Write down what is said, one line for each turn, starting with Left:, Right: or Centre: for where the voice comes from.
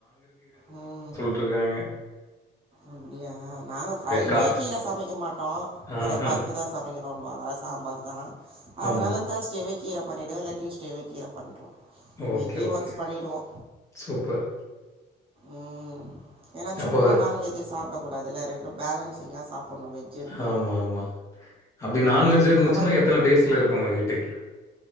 Right: ம்
Left: ட்டுருக்காங்க
Right: அப்டியா நாங்க ஃப்ரைடே
Left: கா
Right: கீர சமைக்க மாட்டோ
Left: ஆஹா.
Right: ஏதா பருப்பு தா சமைக்கணுன்வாங்க சாம்பார்தா
Left: ஆமா.
Right: அதனாலதாஸ் டேவே கீர பண்ணிடுவே இல்ல டியூஸ்டேவே கீர பண்ணிடுவோ
Left: ஓகே,
Right: வீக்லி
Left: ஓகே.
Right: ஒன்ஸ் பண்ணிடுவோ
Left: சூப்பர்.
Right: ம் ஏன்னா
Left: அப்போ
Right: சும்மா நான்வெஜ்ஜே சாப்ட கூடாதில்ல ரெண்ட் ப பேலன்ஸ்சிங்கா சாப்பிட்ணு வெஜ்
Left: ஆமா ஆமா அப்படி நான்வெஜ்
Right: ம்
Left: இருந்துச்சுன்னா
Right: ஆனால்
Left: எத்தன டேஸ்ல இருக்கு வீட்டுக்